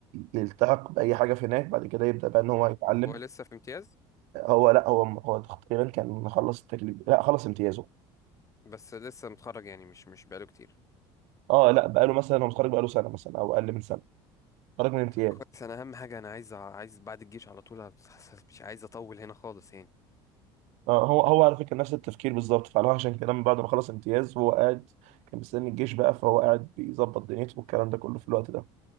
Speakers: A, on the right; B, on the left.
A: يلتحق باي حاجه في هناك بعد كده يبدا بقى ان هو
B: مم.
A: يتعلم
B: هو لسه في امتياز
A: هو لا هو هو تقريبا كان خلص التكليف لا خلص امتيازه
B: بس لسه متخرج يعني مش مش بقاله كتير
A: اه لا بقاله مثلا هو متخرج بقاله سنه مثلا او اقل من سنه خرج من امتياز
B: كويس انا اهم حاجه انا عايز عايز بعد الجيش على طول مش عايز اطول هنا خالص يعني
A: آه هو هو على فكره نفس التفكير بالظبط فعلا عشان كده من بعد ما خلص امتياز هو قاعد كان مستني الجيش بقى فهو قاعد بيظبط دنيته والكلام ده كله في الوقت ده